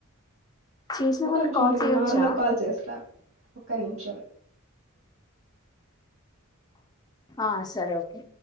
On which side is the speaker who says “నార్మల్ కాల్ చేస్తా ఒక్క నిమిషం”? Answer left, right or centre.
Right